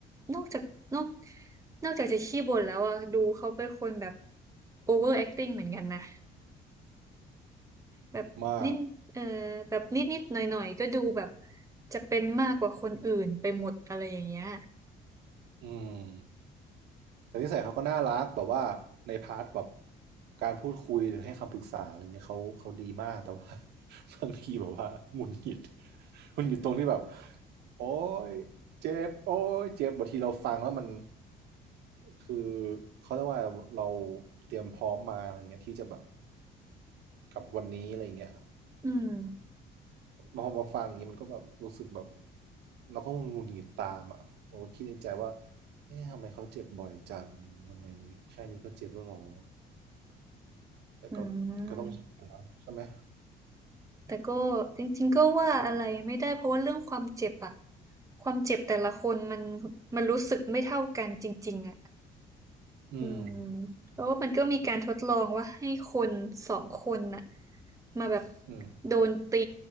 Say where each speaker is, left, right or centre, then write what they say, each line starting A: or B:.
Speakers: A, on the right; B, on the right.
A: นอกจากนอกนอกจากจะขี้บ่นแล้วอ่ะดูเขาเป็นคนแบบ over acting เหมือนกันนะแบบนิดเออแบบนิดนิดหน่อยหน่อยๆก็ดูแบบ
B: มาก
A: จะเป็นมากกว่าคนอื่นไปหมดอะไรอย่างเงี้ย
B: อืมแต่นิสัยเขาก็น่ารักแบบว่าในพาร์ทแบบการพูดคุยหรือให้คำปรึกษาอะไรเงี้ยเขาเขาดีมากแต่ว่า <laughs> บางทีแบบว่าหงุดหงิดหงุดหงิดตรงที่แบบโอ๊ยเจ็บโอ๊ยเจ็บบางทีเราฟังแล้วมันคือเขาเรียกว่าเราเตรียมพร้อมมาอะไรเงี้ยที่จะแบบกับวันนี้อะไรเงี้ย
A: อืม
B: พอมาฟังอย่างนี้มันก็แบบรู้สึกแบบเราก็งุนหงิดตามอ่ะผมก็คิดในใจว่าเอ๊ะทำไมเขาเจ็บบ่อยจังทำไมแค่นี้ก็เจ็บแล้วหรอแต่ก็ก็ต้องชินแใช่ไหม
A: อืม แต่ก็จริงๆก็ว่าอะไรไม่ได้เพราะว่าเรื่องความเจ็บอะความเจ็บแต่ละคนมันมันรู้สึกไม่เท่ากันจริงๆอะ
B: อืม
A: อืมแล้วมันก็มีการทดลองว่าให้คนสองคนน่ะมาแบบ
B: อืม
A: โดนตี